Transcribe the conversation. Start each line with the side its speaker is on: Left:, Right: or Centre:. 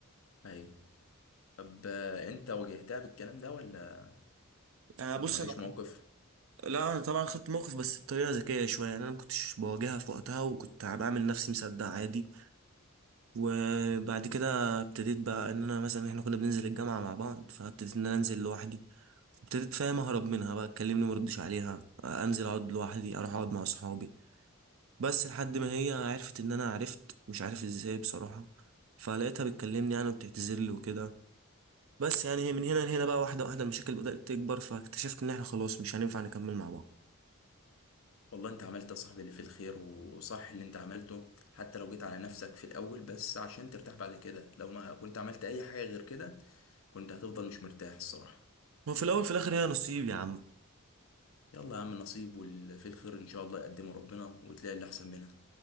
Left: ايوه طب آه، انت واجهتها بالكلام ده ولا
Right: آه بص
Left: ولا ما جاش
Right: انا
Left: موقف
Right: لا انا طبعا خدت موقف بس بطريقه ذكيه شويه يعني انا ما كنتش بواجهها في وقتها وكنت بعمل نفسي مصدق عادي وبعد كده ابتديت بقى ان انا مثلا احنا كنا بننزل الجامعة مع بعض فابتديت ان انا انزل لوحدي ابتديت فاهم اهرب منها بقى تكلمني مردش عليها انزل اقعد لوحدي اروح اقعد مع اصحابي بس لحد ما هي عرفت ان انا عرفت مش عارف ازاي بصراحة فلقيتها بتكلمني يعني وبتعتذر لي وكده بس يعني هي من هنا لهنا بقى واحدة واحدة المشاكل بدأت تكبر فاكتشفت ان احنا خلاص مش هينفع نكمل مع بعض
Left: والله انت عملت يا صاحبي اللي فيه الخير وصح اللي انت عملته حتى لو جيت على نفسك في الاول بس عشان ترتاح بعد كده لو ما كنت عملت اي حاجة غير كده كنت هتفضل مش مرتاح الصراحة
Right: وفي الاول في الاخر هي نصيب يا عم
Left: يلا يا عم نصيب واللي فيه الخير ان شاء الله يقدمه ربنا وتلاقي اللي احسن منها